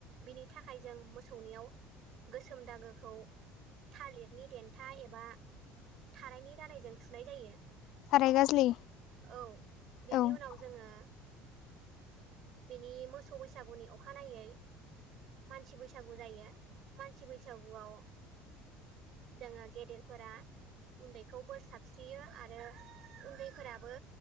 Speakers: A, on the right (about 55°); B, on the left (about 65°).
A: बिनि थाखाय जों मोसौनियाव गोसोम दागोखौ थालिरनि देन्था एबा थारायनि दालायजों थुनाय जायो।
B: थाराय गाज्लि
A: औ बेनि
B: औ ओ
A: उनाव जोङो बेनि मोसौ बैसागुनि अखानायै मानसि बैसागु जायो। मानसि बैसागुआव जोङो गेदेरफोरा उन्दैखौ बोर साबस्रियो आरो उन्दैफोराबो